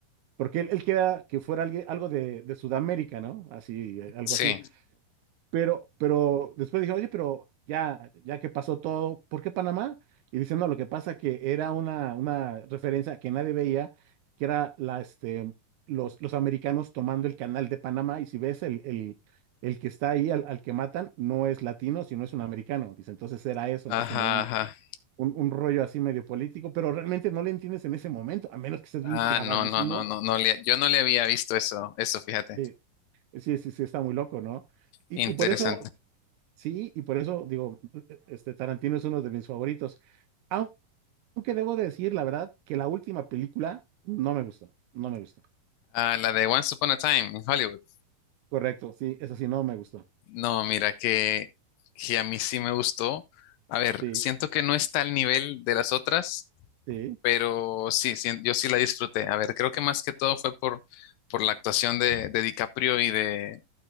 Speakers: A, on the right (about 75°); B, on the left (about 85°).
A: porque él, él quería que fuera alguien, algo de, de Sudamérica, ¿no? Así, eh, algo
B: Sí,
A: así. Pero, pero después dije, oye, pero ya, ya que pasó todo, ¿por qué Panamá? Y dice, no, lo que pasa que era una, una referencia que nadie veía, que era la, este, los, los americanos tomando el canal de Panamá, y si ves el, el, el que está ahí, al, al que matan, no es latino, sino es un americano. Dice, entonces era eso,
B: ajá,
A: ¿no? Como
B: ajá.
A: un, un rollo así medio político, pero realmente no le entiendes en ese momento, a menos que estés
B: Ah,
A: bien clavadísimo.
B: no, no, no, no, no le, yo no le había visto eso, eso, fíjate.
A: Sí, sí, sí, sí, está muy loco, ¿no? Y,
B: Interesante.
A: y por eso, sí, y por eso digo, este Tarantino es uno de mis favoritos. Aunque debo decir, la verdad, que la última película no me gustó, no me gustó.
B: Ah, la de Once Upon a Time en Hollywood.
A: Correcto, sí, eso sí, no me gustó.
B: No, mira, que, que a mí sí me gustó. A ver,
A: Sí,
B: siento que no está al nivel de las otras
A: sí,
B: pero sí, sí, yo sí la disfruté. A ver, creo que más que todo fue por, por la actuación de, de DiCaprio y de,